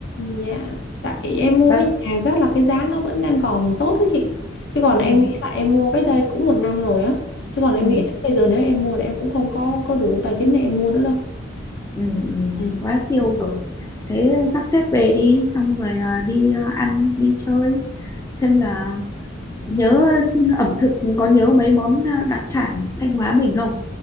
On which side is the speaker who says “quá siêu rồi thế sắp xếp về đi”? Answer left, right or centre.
Left